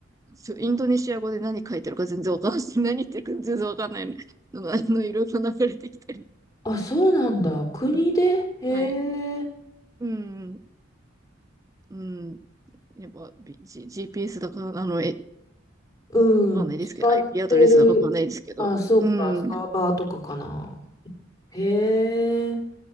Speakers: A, on the right; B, on the left.
A: ちょインドネシア語で何書いてるか全然わかんない。<laughs> 何言ってるか全然わかんないのが、あの、いろいろ流れてきたり。
B: あ、そうなんだ。国で、
A: <laughs>
B: へえ、
A: はい。うん。うん。やっぱ、ビ G、GPS だか、あの、え、
B: うん、
A: わかんないですけど、
B: 使ってる。
A: IP アドレスだかわかんないですけど。
B: あ、そっか、
A: うん。うん、
B: サーバーとかかな。へえ。